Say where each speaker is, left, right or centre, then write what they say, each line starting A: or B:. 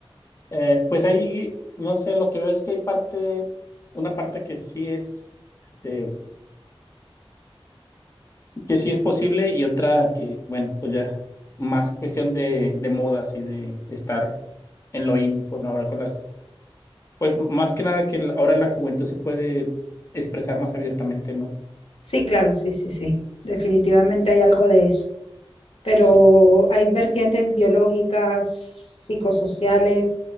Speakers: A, on the left; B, on the left.
A: Eh, pues ahí, no sé, lo que veo es que hay parte, una parte que sí es, este, que sí es posible y otra que, bueno, pues ya más cuestión de, de modas y de estar en lo in con ahora con las, pues más que nada que la- ahora la juventud se puede expresar más abiertamente, ¿no?
B: Sí, claro, sí, sí, sí. Definitivamente hay algo de eso. Pero
A: Sí,
B: hay vertientes biológicas, psicosociales,